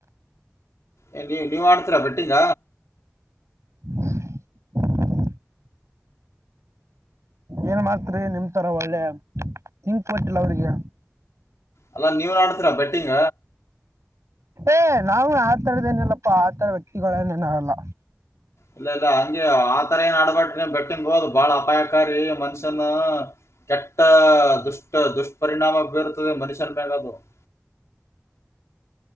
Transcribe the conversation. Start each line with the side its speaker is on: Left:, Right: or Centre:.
Left: ಏ ನೀವು ನೀವು್ ಆಡ್ತೀರಾ ಬೆಟ್ಟಿಂಗ
Right: ಹಳ ಏನ್ ಮಾಡ್ತ್ರಿ ನಿಮತರ ಒಳ್ಳೆ ಥಂಕ್ ಕೊಟ್ಟಿಲ್ಲ ಅವ್ರಿಗೆ
Left: ಅಲ್ಲಾ ನೀವ್ ನಾಡತರ ಬೆಟ್ಟಿಂಗ
Right: ಏ ನಾವವು ಆತರದ ಏನಲ್ಲಪ್ಪ ಆತರ ವ್ಯಕ್ತಿಗಳಏನ ಏನಾಗಲ್ಲ
Left: ಇಲ್ಲ ಇಲ್ಲ ಹಂಗಗೆ ಆತರ ಏನ್ ಆಡ್ಬಟ್ರಿ ಬೆಟ್ಟನ್ ಹೋದು್ ಬಾಳ ಅಪಾಯಕಾರಿ ಮನುಷ್ಯನ ಕೆಟ್ಟ ದುಷ್ಟ ದುಷ್ಪರಿಣಾಮ ಬೀರುತದೆ ಮನುಷ್ಯನ್ ಮ್ಯಾಗ ಅದು ಹ್ಮ್